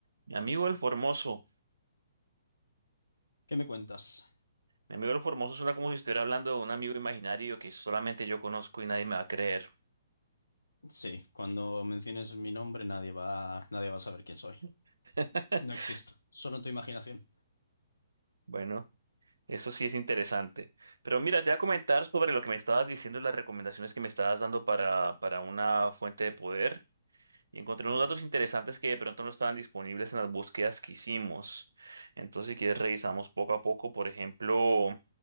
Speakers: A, on the right; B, on the left.
A: Mi amigo el Formoso.
B: ¿Qué me cuentas?
A: Mi amigo el Formoso suena como si estuviera hablando de un amigo imaginario que solamente yo conozco y nadie me va a creer.
B: Sí, cuando menciones mi nombre nadie va, nadie va a saber quién soy.
A: <laughs>
B: No existo, solo en tu imaginación.
A: Bueno, eso sí es interesante. Pero mira, te voy a comentar sobre lo que me estabas diciendo y las recomendaciones que me estabas dando para, para una fuente de poder. Y encontré
B: Ujú,
A: unos datos interesantes que de pronto no estaban disponibles en las búsquedas que hicimos. Entonces, si quieres, revisamos poco a poco. Por ejemplo.